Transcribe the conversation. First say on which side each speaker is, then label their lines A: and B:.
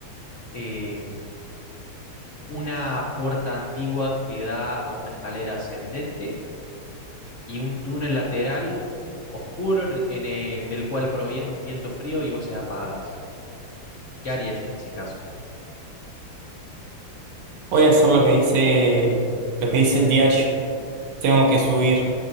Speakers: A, on the left; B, on the right.
A: Eh, una puerta antigua que da a una escalera ascendente y un túnel lateral oscuro en- en el- del cual proviene un viento frío y voces apagadas. ¿Qué harías en ese caso?
B: Voy a hacer lo que dice, lo que dice el diario. Tengo que subir.